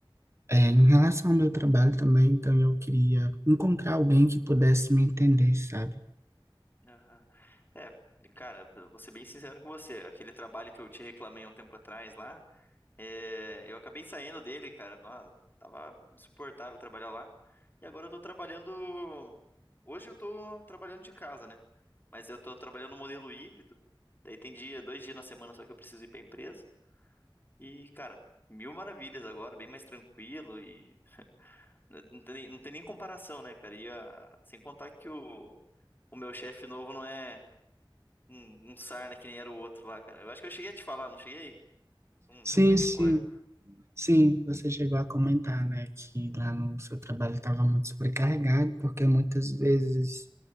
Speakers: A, on the right (about 30°); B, on the left (about 25°).
A: é, em relação ao meu trabalho também. Então eu queria encontrar alguém que pudesse me entender, sabe?
B: Aham. É, cara, eu vou ser bem sincero com você. Aquele trabalho que eu te reclamei há um tempo atrás lá, é, eu acabei saindo dele, cara. Nossa, tava insuportável trabalhar lá. E agora eu tô trabalhando. Hoje eu tô trabalhando de casa, né? Mas eu tô trabalhando no modelo híbrido. Daí tem dia, dois dias na semana só que eu preciso ir pra empresa. E, cara, mil maravilhas agora, bem mais tranquilo e né, não tem, nem- não tem nem comparação, né, cara? E a- sem contar que o, o meu chefe novo não é um, um sarna que nem era o outro lá, cara. Eu acho que eu cheguei a te falar, não cheguei? Não,
A: Sim,
B: não me recordo.
A: sim. Sim, você chegou a comentar, né, que lá no seu trabalho estava muito sobrecarregado, porque muitas vezes